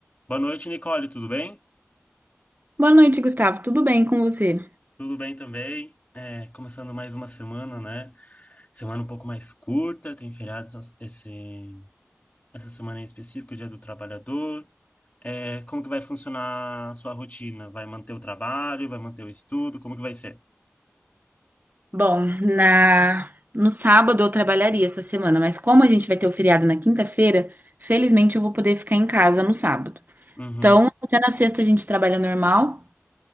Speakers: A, on the left (about 35°); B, on the right (about 40°).
A: Boa noite, Nicole, tudo bem?
B: Boa noite, Gustavo. Tudo bem com você?
A: Tudo bem também. É, começando mais uma semana, né? Semana um pouco mais curta, tem feriado essa, esse- essa semana em específico, Dia do Trabalhador. É, como que vai funcionar a sua rotina? Vai manter o trabalho, vai manter o estudo? Como que vai ser?
B: Bom, na no sábado eu trabalharia essa semana, mas como a gente vai ter o feriado na quinta-feira, felizmente eu vou poder ficar em casa no sábado.
A: Uhum,
B: Então, até na sexta a gente trabalha normal